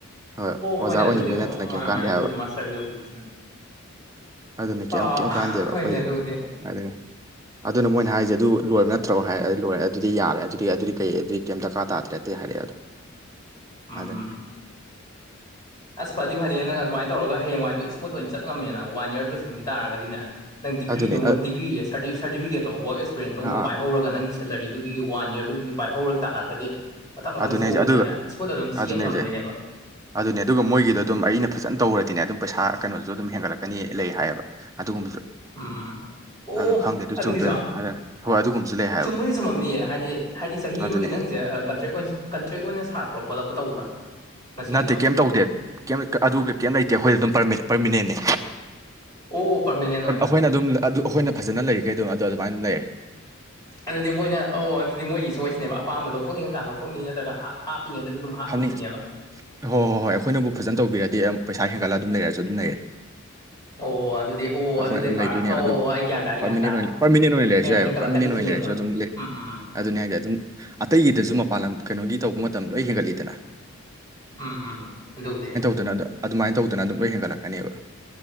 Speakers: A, on the right; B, on the left.
A: ꯍꯣꯏ
B: ꯍꯣꯏꯅꯦ
A: ꯑꯣꯖꯥ ꯑꯣꯏꯅꯤꯡꯕꯩ
B: ꯑꯗꯨꯕꯨꯗꯤ ꯑꯣ
A: ꯅꯠꯇꯅ
B: ꯃꯥ
A: ꯀꯔꯤꯝ
B: ꯃꯥꯅꯦ
A: ꯀꯥꯟꯗꯦ
B: ꯑꯗꯨꯕꯨꯗꯤ
A: ꯍꯥꯏꯕ
B: ꯃꯥꯁꯇꯔꯒꯤ ꯍꯧꯖꯤꯛꯀꯤꯁꯤꯅ
A: ꯑꯗꯨꯅꯤ ꯀꯩꯝ
B: ꯑꯥ
A: ꯀꯩꯝ ꯀꯥꯟꯗꯦꯕ
B: ꯍꯣꯏꯅꯦ
A: ꯑꯩꯈꯣꯏ
B: ꯑꯗꯨꯕꯨꯗꯤ
A: ꯑꯗꯨꯅꯤ ꯑꯗꯨꯅ ꯃꯣꯏꯅ ꯍꯥꯏꯁꯦ ꯑꯗꯨ ꯂꯣꯏꯔꯕ ꯅꯠꯇ꯭ꯔꯣ ꯍꯥꯏ ꯂꯣꯏꯔꯦ ꯑꯗꯨꯗꯤ ꯌꯥꯔꯦ ꯑꯗꯨꯗꯤ ꯑꯗꯨꯗꯤ ꯀꯩ ꯑꯗꯨꯗꯤ ꯀꯩꯝ ꯗꯔꯀꯥꯔ ꯇꯥꯗ꯭ꯔꯦ ꯑꯇꯩ ꯍꯥꯏꯔꯛꯑꯦ
B: ꯎꯝ
A: ꯑꯗꯨꯅ‌ꯦ
B: ꯑꯁ ꯐꯥꯗꯤ ꯐꯥꯅꯤꯍ‌ꯦ ꯅꯪ ꯑꯗꯨꯃꯥꯏꯅ ꯇꯧꯔꯒ ꯍꯌꯦꯡꯋꯥꯏꯗꯣ ꯏꯁꯃꯨꯠ ꯑꯣꯏꯅ ꯆꯠ ꯉꯝꯃꯦꯅ ꯋꯥꯟ ꯌꯥꯔ ꯂꯣꯏꯁꯤꯟꯒꯤ ꯇꯥꯔꯒꯗꯤꯅꯦ ꯅꯪ ꯗꯤꯒ꯭ꯔꯤꯗꯨꯃ
A: ꯑꯗꯨꯅꯦ ꯑ
B: ꯗꯤꯒ꯭ꯔꯤꯌꯦ ꯁꯥꯔꯇꯤ ꯁꯥꯔꯇꯤꯀꯦꯠꯇꯣ ꯋꯥꯛ ꯑꯦꯁꯔꯦꯟꯗ‌ꯣ ꯑꯃꯨꯛꯀ
A: ꯑꯥ
B: ꯄꯥꯏꯍꯧꯔꯒ
A: ꯑꯥ
B: ꯅꯪꯒꯤ ꯁꯦꯂꯔꯤꯗꯨꯒꯤ ꯋꯥꯟ ꯌꯥꯔꯗꯨꯝꯒꯤ ꯄꯥꯏꯍꯧꯔ ꯇꯥꯔꯒꯗꯤ ꯃꯊꯪ ꯃꯊꯪ
A: ꯑꯗꯨꯅꯦ
B: ꯆꯣꯡꯈꯤꯕꯗꯅꯦ
A: ꯍꯥꯏꯁꯦ ꯑꯗꯨꯒ
B: ꯏꯁꯃꯨꯠ ꯑꯗꯨꯝ ꯆꯦꯟ
A: ꯑꯗꯨꯅꯦ
B: ꯉꯝꯗꯣꯏꯅꯦꯕ
A: ꯍꯥꯏꯁꯦ ꯑꯗꯨꯅꯦ ꯑꯗꯨꯒ ꯃꯣꯏꯒꯤꯗꯣ ꯑꯗꯨꯝ ꯑꯩꯅ ꯐꯖꯅ ꯇꯧꯔꯗꯤꯅꯦ ꯑꯗꯨꯝ ꯄꯩꯁꯥ ꯀꯩꯅꯣꯖꯨ ꯑꯗꯨꯝ ꯍꯦꯟꯒꯠꯂꯛꯀꯅꯤ ꯂꯩ ꯍꯥꯏꯑꯦꯕ ꯑꯗꯨꯒꯨꯝꯕꯁꯨ
B: ꯎꯨꯝ ꯑꯣ
A: ꯑꯗꯨ ꯈꯪꯗꯦ ꯑꯗꯨ
B: ꯑꯗꯨꯒꯤꯖꯨ
A: ꯆꯨꯝꯗꯣꯏꯔꯥ ꯑꯗ ꯍꯣꯏ ꯑꯗꯨꯒꯨꯝꯕꯁꯨ ꯂꯩ ꯍꯥꯏꯕ
B: ꯆꯨꯝꯕꯨꯗꯤ ꯁꯨꯝꯃꯝꯅꯤꯌꯦ ꯍꯥꯏꯗꯤ ꯍꯥꯏꯗꯤ ꯆꯍꯤ
A: ꯑꯗꯨꯅꯦ
B: ꯑꯃꯒꯤ ꯅꯪꯒꯤꯁꯦ ꯑꯥ ꯀꯟꯇ꯭ꯔꯦꯛ ꯑꯣꯏ ꯀꯟꯇ꯭ꯔꯦꯛ ꯑꯣꯏꯅ ꯁꯥꯔꯛꯄꯥ ꯈꯣꯠꯂꯛꯄ ꯇꯧꯕ꯭ꯔꯥ ꯉꯁꯤꯒꯤꯗꯣ
A: ꯅꯠꯇꯦ ꯀꯩꯝ ꯇꯧꯗꯦ ꯀꯩꯝ ꯑꯗꯨꯒ ꯀꯩꯝ ꯂꯩꯇꯦ ꯑꯩꯈꯣꯏꯗꯤ ꯑꯗꯨꯝ ꯄꯔꯃꯤ ꯄꯔꯃꯤꯅꯟꯅꯦ
B: ꯑꯣ ꯄꯥꯔꯃꯦꯅꯦꯟꯠ ꯑꯣꯏꯅ
A: ꯑꯩꯈꯣꯏꯅ ꯑꯗꯨꯝ ꯑꯗꯨ ꯑꯩꯈꯣꯏꯅ ꯐꯖꯥꯅ ꯂꯩꯔꯤꯒꯩ ꯑꯗꯨꯝ ꯑꯗ ꯑꯗꯨꯃꯥꯏꯅꯗꯨꯝ ꯂꯩꯔ‌ꯦ
B: ꯑꯣ ꯑꯗꯨꯗꯤ ꯃꯣꯏꯅ ꯑꯧ ꯑꯗꯨꯗꯤ ꯃꯣꯏꯒꯤ ꯆꯣꯏꯁꯅꯦꯕ ꯑꯄꯥꯝꯕ ꯂꯧꯊꯣꯛꯅꯤꯡꯉꯀꯥꯟ ꯂꯧꯊꯣꯛꯅꯤ ꯅꯠꯇ꯭ꯔꯒ ꯍꯥ ꯍꯥꯞꯄꯤꯉꯩꯗꯅ ꯑꯗꯨꯝ ꯍꯥꯞꯅꯤ
A: ꯍꯥꯝꯅꯤ ꯍꯣꯏ
B: ꯁꯤꯅꯦꯕ
A: ꯍꯣꯏ ꯍꯣꯏ ꯑꯩꯈꯣꯏꯅꯕꯨ ꯐꯖꯅ ꯇꯧꯕꯤꯔꯗꯤ ꯄꯩꯁꯥ ꯍꯦꯟꯒꯠꯂ ꯑꯗꯨꯝ ꯂꯩꯔꯁꯨ ꯑꯗꯨꯝ ꯂꯩꯔꯦ
B: ꯑꯣ ꯑꯗꯨꯗꯤ ꯑꯣ
A: ꯑꯩꯈꯣꯏ
B: ꯑꯗꯨꯗꯤ
A: ꯑꯗꯨꯝ
B: ꯚꯔꯥ
A: ꯂꯩꯗꯣꯏꯅꯦꯕ
B: ꯑꯣ
A: ꯑꯗꯨꯝ
B: ꯑꯩ ꯒ꯭ꯌꯥꯟ ꯇꯥꯔꯦ
A: ꯄꯔꯃꯤꯅꯦꯟ
B: ꯒ꯭ꯌꯥꯟ ꯇꯥꯔꯦ
A: ꯑꯣꯏꯅ ꯄꯔꯃꯤꯅꯦꯟ ꯑꯣꯏꯅ ꯂꯩꯔꯁꯨ
B: ꯑꯦ
A: ꯌꯥꯏꯑꯦꯕ
B: ꯍꯦꯟꯀꯠꯂꯛꯀꯅꯤ
A: ꯄꯔꯃꯤꯅꯦꯟ ꯑꯣꯏꯅ
B: ꯁꯤꯅꯦꯕ
A: ꯂꯩꯔꯖꯨ ꯑꯗꯨꯝ ꯂꯩ
B: ꯎꯝ ꯎꯝ
A: ꯑꯗꯨꯅꯤ ꯍꯥꯏꯗꯤ ꯑꯗꯨꯝ ꯑꯇꯩꯒꯤꯗꯁꯨ ꯃꯄꯥꯟ ꯂꯝ ꯀꯩꯅꯣꯒꯤ ꯇꯧꯕ ꯃꯇꯝ ꯂꯣꯏ ꯍꯦꯟꯒꯠꯂꯤꯗꯅ
B: ꯎꯨꯝ ꯎꯨꯝ ꯑꯗꯨꯕꯨꯗꯤ
A: ꯑꯗꯨꯅ ꯑꯗꯨꯃꯥꯏꯅ ꯇꯧꯗꯅ ꯑꯗꯨꯝ ꯂꯣꯏ ꯍꯦꯟꯒꯠꯂꯛꯀꯅꯦꯕ